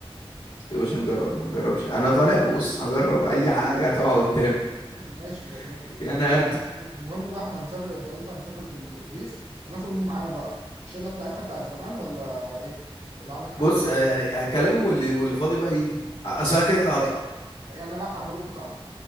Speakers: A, on the left; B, on the right.
A: يا باشا نجرب ما نجربش أنا طالع بص هجرب أي حاجة هتقع قدامي
B: <laughs> ماشي والله
A: <laughs> أنا
B: طب المهم بقى احنا هنسافر انت قلت هنسافر بالاتوبيس هناخد مين معانا بقى الشله بتاعتنا بتاعت زمان ولا ايه ولا عندك حد
A: بص يعني هكلمه واللي واللي فاضي بقى يجي اصل أنا كده كده هطلع
B: يعني انا بعت على الجروب بتاعنا